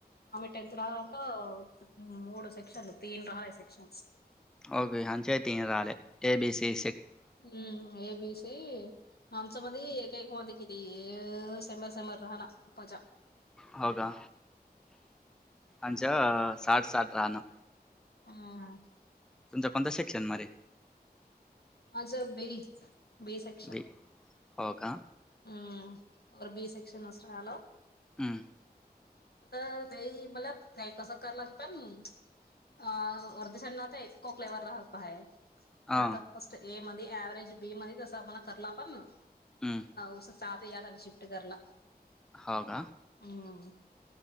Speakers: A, on the left (about 70°); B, in the centre.
A: आम्मी टेनथ राह त मूड सेक्षन तीन रहहाय सेक्षन.
B: ओके हंचे तीन रले ए बी सी.
A: हम्म ए बी सी आमचं एक एक मध्ये. किती सेंबार सेंबार राहाहणार पजा.
B: हो का अच्या साठ साठ राहणं.
A: ह.
B: तुम कोत सेशन मे.
A: माजा बे बे सेक्शन.
B: बी हो का.
A: हम्म बी सक्शन अससर आलो.
B: हम्म.
A: आता तेई मला काही कसं कला क पण. अ अर्धश तर एकको फ्लेवर राहत बाहे.
B: हा
A: त्या आता फर्स्ट ए मध्ये एव्हरेज बी मध्ये तस मणा करला पण.
B: हम्म,
A: उसात या आणि शिफ्ट करला
B: हो का
A: हम